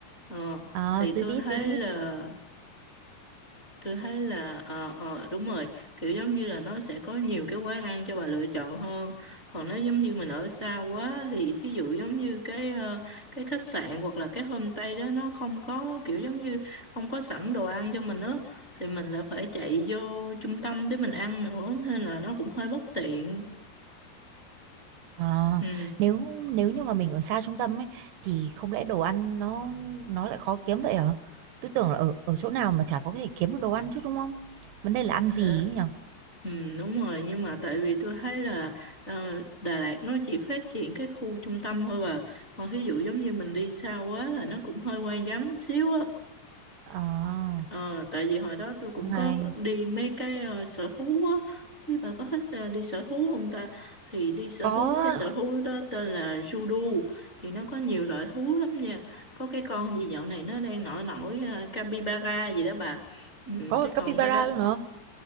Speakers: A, on the left; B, on the right.
A: ờ,
B: à,
A: thì
B: tôi
A: tôi
B: biết
A: thấy
B: tôi biết
A: là Tôi thấy là ờ ờ, đúng rồi, kiểu giống như là nó sẽ có nhiều cái quán ăn cho bà lựa chọn hơn. Còn nếu giống như mình ở xa quá thì thí dụ giống như cái ờ, cái khách sạn hoặc là cái homestay đó nó không có kiểu giống như không có sẵn đồ ăn cho mình á thì mình lại phải chạy vô trung tâm để mình ăn nữa nên là nó cũng hơi bất tiện.
B: Ờ,
A: Ừ.
B: nếu nếu như mà mình ở xa trung tâm ấy thì không lẽ đồ ăn nó nó lại khó kiếm vậy hả? Tôi tưởng là ở ở chỗ nào mà chả có thể kiếm được đồ ăn chứ đúng không? Vấn đề là ăn
A: Hả?
B: gì ấy nhỉ?
A: Ừ, đúng rồi nhưng mà tại vì tôi thấy là ờ, Đà Lạt nó chỉ phát triển cái khu trung tâm thôi bà còn ví dụ giống như mình đi xa quá là nó cũng hơi hoang vắng xíu á
B: À,
A: Ờ, tại vì hồi đó tôi cũng
B: cũng
A: có
B: hay.
A: đi mấy cái ờ, sở thú á Thì bà có thích ờ, đi sở thú không ta thì đi sở
B: Có
A: thú cái sở thú đó tên là Judo thì nó có nhiều loại thú lắm nha có cái con gì dạo này nó đang nổi nổi ờ, capybara gì đó bà ừ,
B: có
A: cái
B: cả
A: con
B: capybara
A: đó đó
B: luôn nữa.